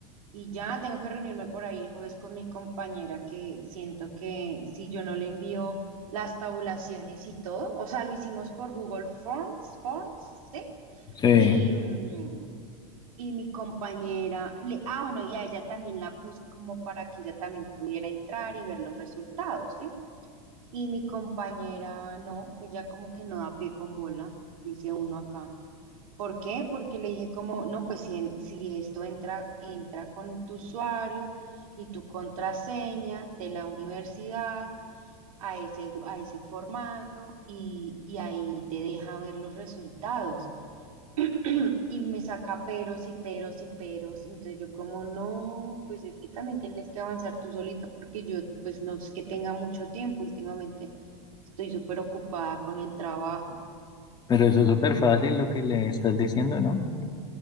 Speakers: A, on the right (about 85°); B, on the left (about 25°).
A: y ya tengo que reunirme por ahí el jueves con mi compañera que siento que si yo no le envío las tabulaciones y todo, o sea, lo hicimos por Google Forms, Forms, ¿sí?
B: Sí,
A: Y, mm, y mi compañera, le, ah, bueno, y a ella también la puse como para que ella también pudiera entrar y ver los resultados, ¿sí? Y mi compañera, no, ella como que no da pie con bola, dice uno acá. ¿Por qué? Porque le dije como, no, pues si, en- si esto entra, entra con tu usuario y tu contraseña de la universidad a ese, a ese formato y, y ahí te deja ver los resultados. <clears throat> Y me saca peros y peros y peros. Entonces yo como, no, pues es que también tienes que avanzar tú solita porque yo pues no es que tenga mucho tiempo últimamente. Estoy súper ocupada con el trabajo.
B: pero eso es súper fácil lo que le estás diciendo, ¿no?